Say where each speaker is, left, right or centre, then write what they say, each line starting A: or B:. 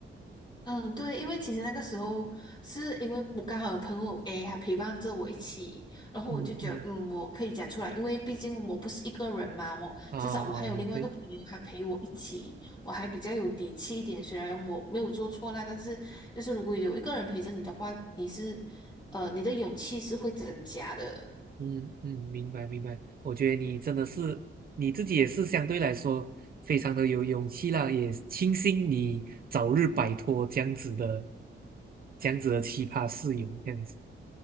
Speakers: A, on the left (about 20°); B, on the right (about 45°).
A: 嗯，对，因为其实那个时候是因为我刚好有朋友 A，他陪伴着我一起，然后我就觉得，
B: 嗯嗯，
A: 嗯，我可以讲出来，因为毕竟我不是一个人嘛，我至少我还有另外一个朋友，
B: 啊、啊、也对。
A: 他陪我一起，我还比较有底气一点。虽然我没有做错啦，但是就是如果有一个人陪着你的话，你是，呃，你的勇气是会增加的。
B: 嗯嗯，明白明白。我觉得你真的是你自己也是相对来说非常的有勇气啦，也庆幸你早日摆脱这样子的这样子的奇葩室友，这样子。